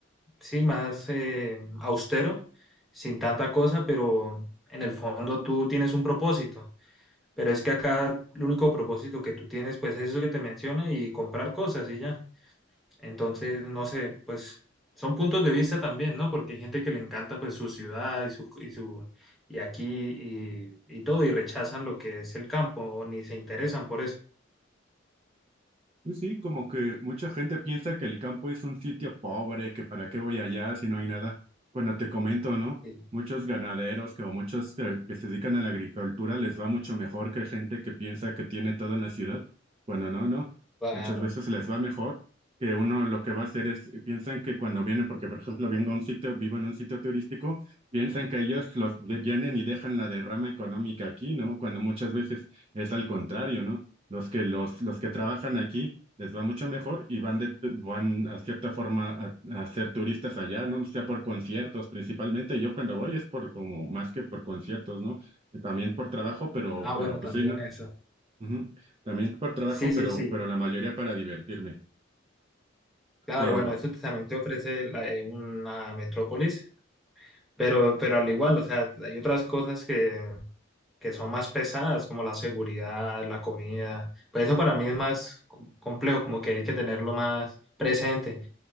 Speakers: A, in the centre; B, on the right (about 30°).
A: sí, más eh, austero, sin tanta cosa, pero en el fondo tú tienes un propósito. Pero es que acá el único propósito que tú tienes, pues es eso que te menciono y comprar cosas y ya. Entonces, no sé, pues son puntos de vista también, ¿no? Porque hay gente que le encanta pues su ciudad y su y su y aquí y, y todo y rechazan lo que es el campo o ni se interesan por eso.
B: Sí, sí, como que mucha gente piensa que el campo es un sitio pobre, que para qué voy allá si no hay nada. Cuando te comento, ¿no?
A: Sí,
B: Muchos ganaderos que, o muchos que, que se dedican a la agricultura les va mucho mejor que gente que piensa que tiene todo en la ciudad. Cuando no, no.
A: claro.
B: Muchas veces les va mejor que uno lo que va a hacer es, piensan que cuando vienen, porque por ejemplo vengo a un sitio, vivo en un sitio turístico, piensan que ellos los de- vienen y dejan la derrama económica aquí, ¿no? Cuando muchas veces es al contrario, ¿no? Los que los, los que trabajan aquí les va mucho mejor y van, de, van a cierta forma a, a ser turistas allá, ¿no? Sea por conciertos principalmente. Yo cuando voy es por como más que por conciertos, ¿no? También por trabajo, pero,
A: Ah, bueno,
B: pero pues
A: también
B: sí, ¿no?
A: eso.
B: Ujú. También por trabajo,
A: Sí,
B: pero,
A: sí, sí.
B: pero la mayoría para divertirme.
A: Claro,
B: Pero,
A: bueno, eso también te ofrece la- eh, una metrópolis, pero pero al igual, o sea, hay otras cosas que que son más pesadas, como la seguridad, la comida. Pues eso para mí es más co- complejo, como que hay que tenerlo más presente.